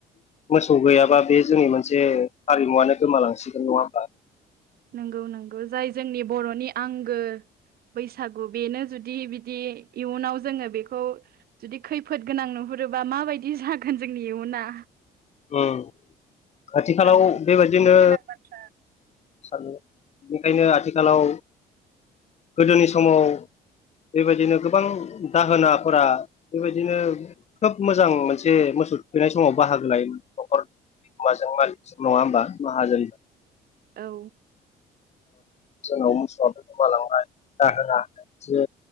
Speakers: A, on the left; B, on the right.
A: मोसौ गैयाबा बे जोंनि मोनसे हारिमुवानो गोमालांसिगोन नङा होमबा।
B: नोंगौ नोंगौ जाय जोंनि बर'नि आंगो बैसागु बेनो जुदि बिदि इयुनाव जोङो बेखौ जुदि खैफोद गोनां नुहुरो रोब्ला माबायदि जागोन जोंनि इयुना।
A: ओं खाथिखालाव
B: सान
A: बेबायदिनो
B: साननो गोनां बाथ्रा
A: सानो बेनिखायनो आथिखालाव गोदोनि समाव बेबायदिनो गोबां दाहोनाफोरा बेबायदिनो खोब मोजां मोनसे मोसौ थुखैनाय समाव बाहागो लायोमोन। न'खर बिगोमाजों मालिगजों नङा होमबा माहाजोन
B: औ
A: जोंनाव मोसौआ गोमालांबाय जाहोना बेसो।